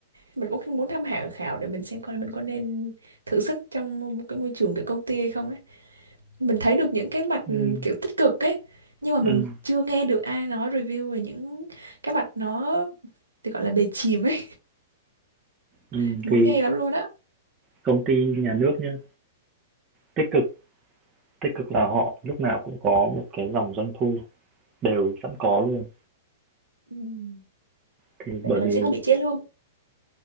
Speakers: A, on the right; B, on the right.
A: mình cũng muốn tham khảo khảo để mình xem coi là mình có nên thử sức trong một cái môi trường kiểu công ty hay không ấy mình thấy được những cái mặt ừ,
B: Ừm,
A: kiểu tích cực ấy nhưng mà mình
B: ừm,
A: chưa nghe được ai nói review về những cái mặt nó thì gọi là bề chìm ấy
B: ừm,
A: <laughs> muốn
B: thì
A: nghe lắm luôn á
B: công ty nhà nước nhá tích cực tích cực là họ lúc nào cũng có một cái dòng doanh thu đều sẵn có luôn
A: Ừm,
B: thì
A: Vậy
B: bởi
A: là mình
B: vì
A: sẽ không bị chia lương